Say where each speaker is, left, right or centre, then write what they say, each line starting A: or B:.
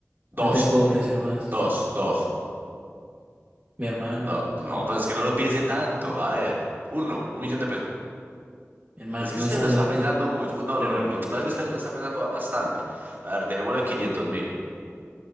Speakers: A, on the right; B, on the right.
A: Dos,
B: No te puedo ofrecer más.
A: dos, dos.
B: Mi hermano,
A: No, no, pues es que no lo piense tanto. A ver, uno, un millón de pesos.
B: mi hermano,
A: Es
B: tú
A: que usted
B: me estás
A: lo
B: hablando,
A: está pensando
B: tú-
A: mucho. No,
B: pero
A: no, no, lo que pasa es que usted lo está pensando bastante. A ver, dejémoslo en quinientos mil.